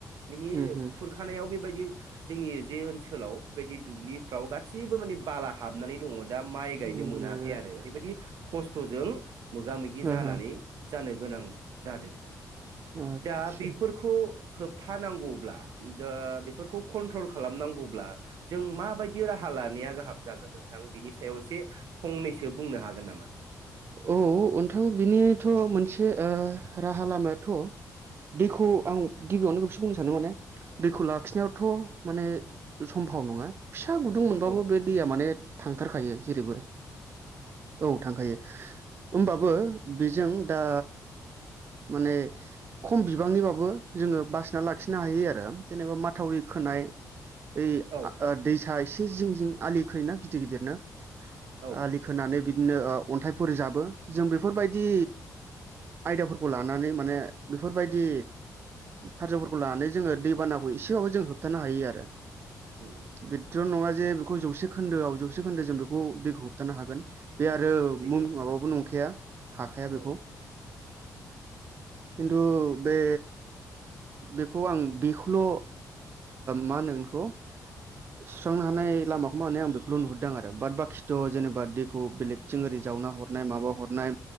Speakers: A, on the right; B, on the right.
A: बिनि
B: उमहो
A: खुरखानायाव बिबायदि जोंनि जे ओनसोलाव बेबायदि दुब्लिफ्राव गासिबो माने बाला हाबनानै दङ। दा माइ गायनो
B: ओइयो
A: मोनाखै आरो ओरैबादि खस्थजों मोगा मोगि
B: ओहो
A: जानानै जानो गोनां जादों
B: आदसा
A: दा बेफोरखौ होबथानांगौब्ला दा बेफोरखौ कन्ट्रल खालामनांगौब्ला जों माबायदि राहा लानाया गाहाम जागोन नोंथां बेनि सायाव एसे फंनैसो बुंनो हागोन नामा?
B: औ नोंथां बिनिथ मोनसे ओ राहालामाया थ'‌दैखौ आं गिबियावनो बेखौसो बुंनो सानदों माने दैखौ लाखिनायावथ माने सम्भाव नङा फिसा गुदुं मोनबो
A: औ
B: बे दैया माने थांथारखायो जेरैबो औ थाखायो ओमबाबो बेजों दा माने खम बिबांनिबाबो जोंङो बासिनानै लाखिनो हायो आरो। जेनेबा माथावरि खोनायो ओय
A: औ
B: दैसा एस जिं जिं आलि खोयोना गिदिर गिदिरनो
A: औ
B: आलि खोनानै बिदिनो अन्थाय फोर जाबो जों बेफोरबादि आयदाफोरखौ लानानै माने बेफोरबायदि खारजुफोरखौ लानानै जोङो दैबानाखौ एसेबाबो जों होबथानो हायो आरो।
A: औ
B: बे' नङा जे बेखौ जौसे खोन्दोआव जौसे खोन्दो जों बेखौ दै होबथानो हागोन बे आरो
A: बेथ'
B: मुं माबाबो नंखाया हाखाया बेखौ।
A: औ
B: खिन्थु बे बेखौ आं बेखौल ओ मा होनो बेखौ? सुस्रांनो हानाय लामाखौ माने आं बेखौल नुहरदों आरो बाट बाखिथ जेनेबा
A: औ
B: दैखौ बेलेगथिं ओरै जावना हरनाय माबा हरनाय